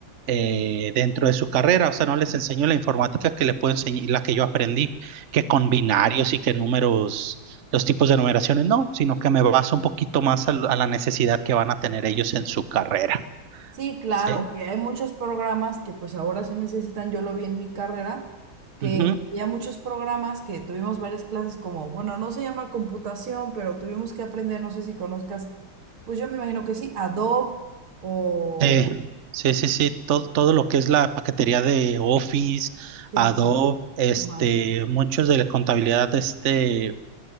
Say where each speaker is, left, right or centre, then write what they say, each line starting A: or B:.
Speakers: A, on the right; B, on the right.
A: eh, dentro de su carrera. O sea, no les enseño la informática que les puedo enseñar, la que yo aprendí, que con binarios y que números, los tipos de numeraciones, no, sino que me baso un poquito más al- a, la necesidad que van a tener ellos en su carrera.
B: Sí, claro,
A: ¿Sí?
B: que hay muchos programas que pues ahora se necesitan, yo lo vi en mi carrera, que
A: Ujú.
B: había muchos programas que tuvimos varias clases como, bueno, no se llama computación, pero tuvimos que aprender, no sé si conozcas, pues yo me imagino que sí, Adobe o...
A: Sí, sí, sí, sí, todo, todo lo que es la paquetería de Office,
B: Sí,
A: Adobe,
B: claro.
A: este,
B: Ajá,
A: muchos de la contabilidad, este,